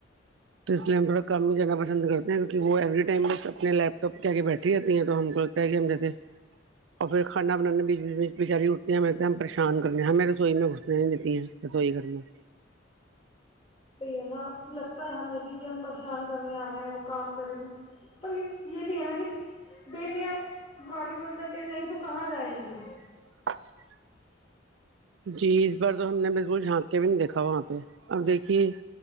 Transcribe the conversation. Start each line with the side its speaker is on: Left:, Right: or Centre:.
Right: تو اس لیے تموڑا کم ہی جانا پسند کرتے ہیں کویکہ وہ ایوری ٹائم بس اپنے لیپ ٹاپ کے آگے بیٹھی رہتی ہیں تو ہم <unintelligible> اور پھر کانا بنانے میں بزی بی بچاری اٹھتی ہیں بیٹھتے ہے ہم پریشان کرنے ہیں ہمیں رسوئی میں گھسنے نہیں دیتی ہیں رسویی گھر میں ہے
Left: ہے نا لگتا ہے ہمیں بھی کہ ہم پریشان کرنے آ گئے ہیں وہ کام کریں پر یہ بھی ہے نا کہ بیٹیاں والال گال تک کے بھی جائیں گی تو کہاں جائیں گی
Right: <inaudible> جی اس بار تو ہم نے بالکل جھانک کے بھی نہیں دیکھا وہاں پہ اب دیکھیے